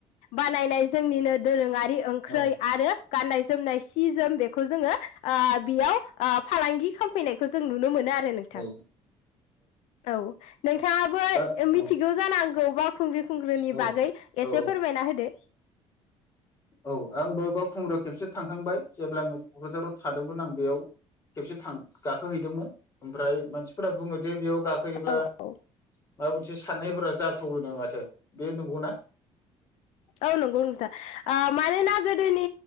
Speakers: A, on the left (about 80°); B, on the left (about 30°).
A: बानायनाय जोंनिनो दोरोङारि ओंख्रै
B: औ
A: आरो गाननाय जोमनाय सि जोम बेखौ खौ जोङो आ बेयाव ओ फालांगि खालामफैनायखौ जों नुनो मोनो आरो नोंथां
B: औ
A: औ नोंथाङाबो
B: दा
A: मिथिगौ
B: औ
A: जानांगौ बा खुंग्रि खुंग्रिनि
B: औ
A: बागै
B: औ
A: एसे फोरमायना होदो
B: औ आंबो बावखुंग्रियाव खेबसे थांखांबाय जेब्ला आं क'क्राझाराव थादोंमोन आं बेयाव खेबसे थां गाखोहैदोंमोन ओमफ्राय मानसिफोरा बुङो जे बेयाव गाखोयोब्ला
A: औ
B: ओ ओथ्रिसारनायफोरा जाफुङोनो माथो बेयो नंगौना
A: औ नंगौ नोंथा ओ मानोना गोदोनि